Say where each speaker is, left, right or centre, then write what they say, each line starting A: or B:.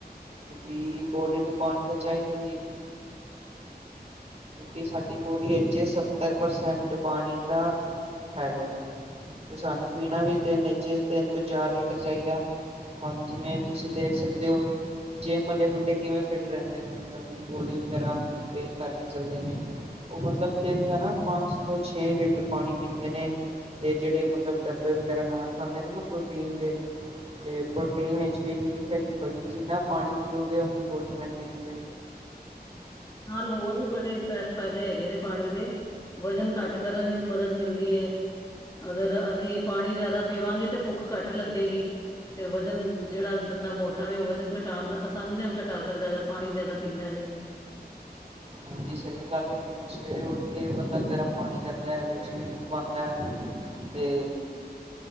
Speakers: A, on the left; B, on the right.
A: ਹਾਂਜੀ
B: ਜੀ ਬੋਡੀ ਨੂੰ ਪਾਣੀ ਤਾਂ ਚਾਹੀਦੀ ਏ। ਕਿ ਸਾਡੀ ਬੋਡੀ ਵਿੱਚ ਸੱਤਰ ਪਰਸੈਂਟ ਪਾਣੀ ਤਾਂ ਹੈਗਾ। ਤੇ
A: ਹਾਂਜੀ
B: ਸਾਨੂੰ ਪੀਣਾ ਵੀ ਦਿਨ ਚ ਤਿੰਨ ਤੋਂ ਚਾਰ ਲੀਟਰ ਚਾਹੀਦਾ। ਹੁਣ ਜਿਵੇਂ ਤੁਸੀਂ ਦੇਖ ਸਕਦੇ ਔ। ਜਿੰਮ ਆਲੇ ਮੁੰਡੇ ਕਿਵੇਂ ਫਿਟ ਰਹਿੰਦੇ ਨੇ ਮਤਲਬ ਆਪਣੀ ਬੋਡੀ ਵਗੈਰਾ ਮਨਟੇਨ ਕਰਕੇ ਚੱਲਦੇ ਨੇ। ਉਹ ਮਤਲਬ ਦਿਨ ਦਾ ਨਾ ਪੰਜ ਤੋਂ ਛੇ ਲੀਟਰ ਪਾਣੀ ਪੀਂਦੇ ਨੇ। ਤੇ ਜਿਹੜੇ ਮਤਲਬ ਡੱਬੇ ਵਗੈਰਾ ਨਾਲ ਖਾਂਦੇ ਨੇ ਨਾ ਪ੍ਰੋਟੀਨ ਦੇ, ਤੇ ਪ੍ਰੋਟੀਨ ਵਿਚ ਵੀ ਲਿਖਿਆ ਕਿ ਬਾਈ ਜਿੰਨਾ ਪਾਣੀ ਪੀਓਗੇ ਓਨੀ ਬੋਡੀ ਮਨਟੇਨ
A: <inaudible> ਨਾਲ ਹੋਰ ਵੀ ਬੜੇ ਪੈ ਫੈਦੇ ਹੈਗੇ ਨੇ ਪਾਣੀ ਦੇ, ਵਜ਼ਨ ਘੱਟ ਕਰਨ ਇਚ ਮਦਦ ਮਿਲ ਦੀ ਐ। ਅਗਰ ਅਸੀ ਪਾਣੀ ਜਾਦਾ ਪੀਵਾਂਗੇ ਤੇ ਭੁੱਖ ਘੱਟ ਲੱਗੇਗੀ। ਫੇਰ ਵਜ਼ਨ ਜੇੜਾ ਬੰਦਾ ਮੋਟਾ ਵੇ ਓ ਵਜ਼ਨ ਘੱਟ ਆਸਾਨੀ ਨਾਲ ਘਟਾ ਸਕਦਾ ਐ ਅਗਰ ਪਾਣੀ ਜਾਦਾ ਪੀਂਦਾ ਐ ਤੇ <inaudible>
B: ਹਾਂਜੀ, ਸਈ ਗੱਲ ਏ ਉਂਜ ਜਿਵੇਂ ਸਵੇਰੇ ਉੱਠ ਕੇ ਬੰਦਾ ਗਰਮ ਪਾਣੀ ਕਰਦਾ ਐ ਵਿੱਚ ਨੀਂਬੂ ਪਾਂਦਾ ਐ। ਤੇ
A: ਹਾਂਜੀ